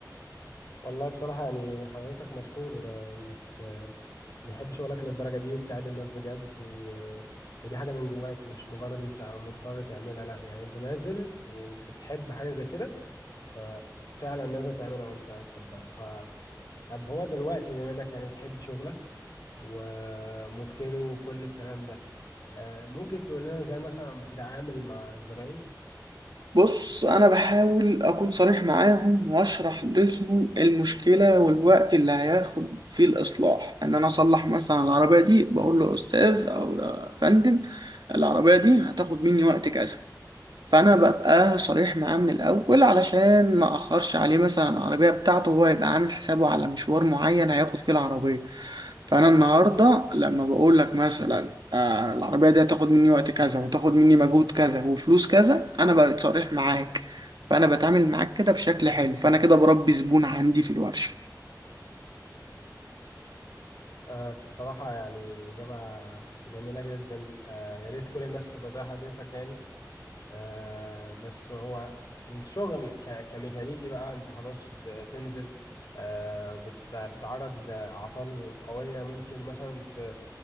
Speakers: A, on the left; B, on the right.
A: والله بصراحة يعني حضرتك مشكور آه، انك آه، بتحب شغلك للدرجة دي وتساعد الناس بجد و... آه، ودي حاجة من جواك مش مجرد انت مضطر تعملها لا يعني انت نازل وبتحب حاجة زي كده ففعلا نازل تعملها وانت بتحبها ف طب هو دلوقتي بما انك يعني بتحب شغلك ومتقنه وكل الكلام ده آه، ممكن تقول لنا ازاي مثلا بتتعامل مع الزباين
B: بص أنا بحاول أكون صريح معاهم وأشرح لهم المشكلة والوقت اللي هياخد فيه الإصلاح إن أنا أصلح مثلا العربية دي بقول له أستاذ أو يا فندم العربية دي هتاخد مني وقت كذا فانا ببقى صريح معاه من الاول علشان ما اخرش عليه مثلا العربيه بتاعته وهو يبقى عامل حسابه على مشوار معين هياخد فيه العربيه فانا النهارده لما بقول لك مثلا آه العربيه دي هتاخد مني وقت كذا وتاخد مني مجهود كذا وفلوس كذا انا بقيت صريح معاك فانا بتعامل معاك كده بشكل حلو فانا كده بربي زبون عندي في الورشه
A: آه، بصراحة يعني إجابة جميلة جدا آه، يا ريت كل الناس تبقى زي حضرتك يعني آه، بس هو الشغل ك- كميكانيكي بقى أنت خلاص بتنزل آه، بتت- بتتعرض لأعطال قوية ممكن مثلا ت-